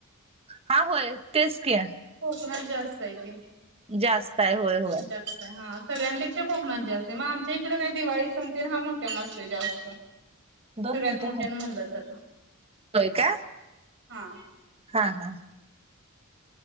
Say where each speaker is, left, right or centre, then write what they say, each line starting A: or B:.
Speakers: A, on the right (about 25°); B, on the right (about 60°).
A: हा होय तेच क
B: कोकणात जास्त आहे तेे.
A: जास्त आहे होय होय
B: जास्त हा सगळ्यांपेक्षा कोकणात जास्त आहे मग आमच्या इकडं काही दिवाळी सणतील हा मोठ्या न असतो जास्त सगळ्यात
A: दोन मिनिटं
B: मोठ्यान म्हणलं तर.
A: होय काय?
B: हा.
A: हा हा.